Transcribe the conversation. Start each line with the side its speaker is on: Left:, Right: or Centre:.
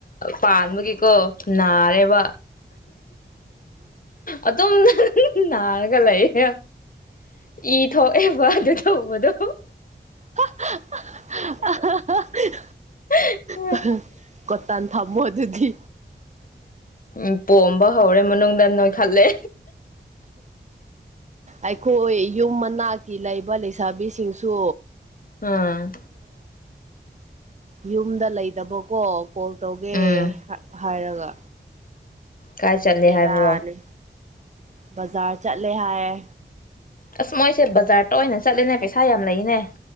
Left: ꯄꯥꯟꯕꯒꯤꯀꯣ ꯅꯥꯔꯦꯕ ꯑꯗꯨꯝ꯫ ꯅꯥꯔꯒ ꯂꯩꯌꯦ꯫ ꯏ ꯊꯣꯛ ꯑꯦꯕ ꯑꯗꯨ ꯇꯧꯕꯗꯣ꯫
Right: <unintelligible>
Left: <unintelligible>
Right: ꯀ ꯀꫭꯇꯟ ꯊꯝꯃꯣ ꯑꯗꯨꯗꯤ꯫
Left: ꯎ ꯄꯣꯝꯕ ꯍꯧꯔꯦ ꯃꯅꯨꯡꯗ ꯅꯣꯏ ꯈꯠꯂꯦ꯫
Right: ꯑꯩꯈꯣꯏ ꯌꯨꯝ ꯃꯅꯥꯛꯀꯤ ꯂꯩꯕ ꯂꯩꯁꯥꯕꯤꯁꯤꯡꯁꯨ
Left: ꯑꯥ
Right: ꯌꯨꯝꯗ ꯂꯩꯇꯕꯀꯣ꯫ ꯀꯣꯜ ꯇꯧꯒꯦ
Left: ꯎꯝ
Right: ꯍꯥꯏꯔꯒ
Left: ꯀꯥꯏ ꯆꯠꯂꯤ
Right: ꯕꯦꯔꯥꯅꯤ
Left: ꯍꯥꯏꯕ꯭ꯔꯣ꯫
Right: ꯕꯖꯥꯔ ꯆꯠꯂꯦ ꯍꯥꯏꯌꯦ꯫
Left: ꯑꯁ ꯃꯣꯏꯁꯦ ꯕꯖꯥꯔꯇ ꯑꯣꯏꯅ ꯆꯠꯂꯦꯅꯦ ꯄꯩꯁꯥ ꯌꯥꯝ ꯂꯩꯅꯦ